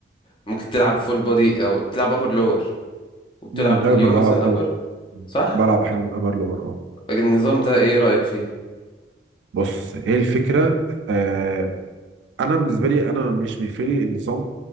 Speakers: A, on the left (about 25°); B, on the right (about 80°).
A: ممكن تلعب فول بودي او بتلعب ابر لور وبتلعب
B: امم ايوه
A: اليوم
B: ما انا
A: مثلا
B: بلعب آه.
A: ابر صح؟
B: بلعب احيانا ابر لبر اه
A: طيب، النظام ده ايه رأيك فيه
B: بص ايه الفكره آه انا بالنسبه لي انا مش بيفرق لي النظام